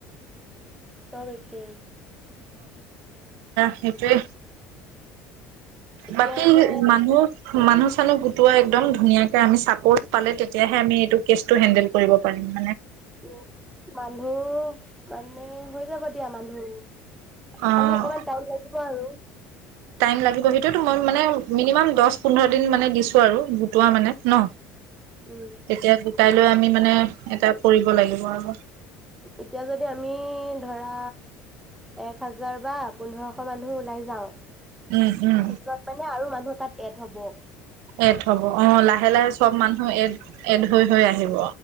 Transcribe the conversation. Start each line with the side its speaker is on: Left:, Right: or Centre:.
Centre: চব একে
Right: সেইটোৱে
Centre: এতিয়া
Right: বাকী
Centre: মানে
Right: মানুহ মানুহ চানুহ গোটোৱা একদম ধুনীয়াকে আমি চাপৰ্ট পালে তেতিয়াহে আমি এইটো কেছটো চেণ্ডেল কৰিব পাৰিম ৷
Centre: উ মানুহ মানে হৈ যাব দিয়া মানুহ
Right: অ',
Centre: খালি অকমান টাইম লাগিব আৰু৷
Right: টাইম লাগিব সেইটোয়তো মই মানে মিনিমাম দহ পোন্ধৰ দিন মানে দিছো আৰু গোটোৱা মানে ন
Centre: উম
Right: তেতিয়া গোটাই লৈ আমি মানে এটা পৰি লাগিব আৰু৷
Centre: এতিয়া যদি আমি ধৰা এক হাজাৰ বা পোন্ধৰশ মানুহ ওলাই যাওঁ
Right: উম উম
Centre: পিছত মানে আৰু মানুহ তাত এড হ'ব ৷
Right: এড হ'ব অ লাহে লাহে চব মানুহ এড এড হৈ হৈ আহিব